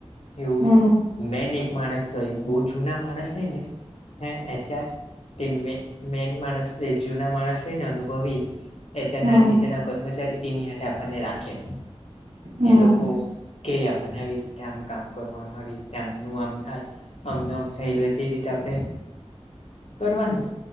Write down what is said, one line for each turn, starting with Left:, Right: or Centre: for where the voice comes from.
Left: એવું
Right: હમ
Left: મેન એક માણસ <unintelligible> તો બહુ જૂના માણસ હોય ને હે એચઆર તે <unintelligible> મેન માણસ એ જૂના માણસ હોય ને અનુભવી નીચાના
Right: હમ
Left: નીચાના કર્મચારી તેની <unintelligible> આપણને રાખે
Right: હમ
Left: ને લોકો કે આપણને આવી રીતે આમ કામ કરવાનું આવી રીતે આમનું આમ થાય. આમને આમ થઈ લે તે રીતે આપડે કરવાનું